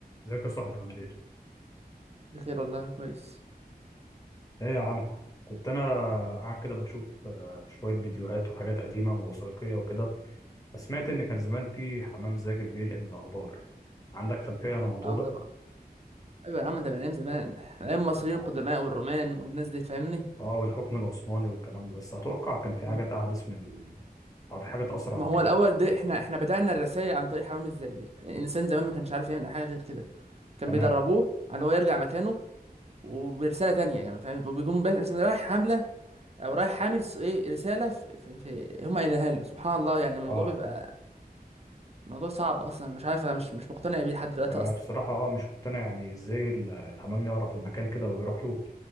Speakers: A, on the left; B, on the right.
A: ازيك يا صاحبي عامل ايه؟
B: بخير والله كويس
A: ايه يا عم كنت انا قاعد كده بشوف آه، شوية فيديوهات وحاجات قديمة ووثائقية وكده فسمعت ان
B: مم.
A: كان زمان في حمام زاجل بينقل الاخبار عندك خلفية عن الموضوع
B: اه
A: ده؟
B: طبعا ايوه يا عم ده من ايام زمان ايام المصريين القدماء والرومان والناس دي فاهمني
A: اه والحكم العثماني والكلام ده بس اتوقع كان في
B: مم.
A: حاجات احدث من ال... او في حاجات اسرع
B: ما
A: من
B: هو
A: كده
B: الاول ده احنا احنا بدأنا الرسائل عن طريق حمام الزاجل يعني الانسان زمان ما كانش عارف يعمل أي حاجه غير كده كان
A: تمام
B: بيدربوه على ان هو يرجع مكانه وبرساله تانية يعني فاهم وبيكون بس- رايح حمله او رايح حامل س- ايه رساله في, في, في هم قايلينها له سبحان الله يعني الموضوع
A: اه
B: بيبقى موضوع صعب اصلا مش عارف انا مش مش مقتنع بيه لحد دلوقتي
A: وانا
B: اصلا
A: بصراحة اه مش مقتنع يعني ازاي ال- الحمام يعرف المكان كده ويروح له